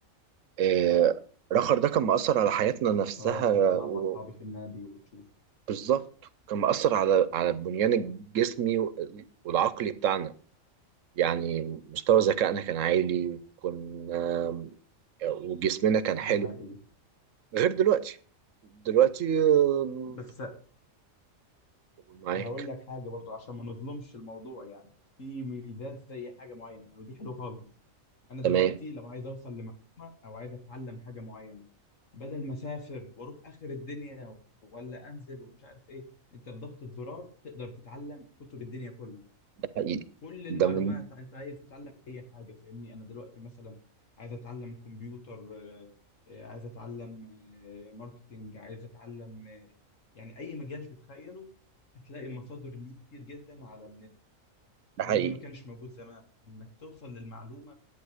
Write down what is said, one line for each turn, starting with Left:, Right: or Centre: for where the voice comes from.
Right: آه رخر ده كان مأثر على حياتنا نفسها
Left: اه كنت العب
Right: و-
Left: مع اصحابي في النادي وتشوف
Right: بالظبط كان مأثر على على البنيان الجسمي و- والعقلي بتاعنا يعني مستوى ذكائنا كان عالي وكنا وجسمنا كان
Left: ده
Right: حلو
Left: حقيقي
Right: غير دلوقتي دلوقتي آه،
Left: بس
Right: معاك
Left: هقول لك حاجة برضو عشان ما نظلمش الموضوع يعني في ميزات زي حاجة معينة يعني ودي حلوة خالص أنا
Right: تمام
Left: دلوقتي لو عايز أوصل لمعلومة أو عايز أتعلم حاجة معينة بدل ما أسافر وأروح آخر الدنيا ولا أنزل ومش عارف إيه أنت بضغطة زرار تقدر تتعلم كتب الدنيا كلها
Right: ده حقيقي
Left: كل المعلومات
Right: ده من
Left: انت عايز تتعلم اي حاجه فاهمني انا دلوقتي مثلا عايز اتعلم كمبيوتر آه، آه، عايز اتعلم آه، ماركتينج عايز اتعلم آه، يعني اي مجال تتخيله هتلاقي مصادر ليه كتير جدا على النت
Right: ده
Left: الكلام
Right: حقيقي
Left: ده ما كانش موجود زمان انك توصل للمعلومه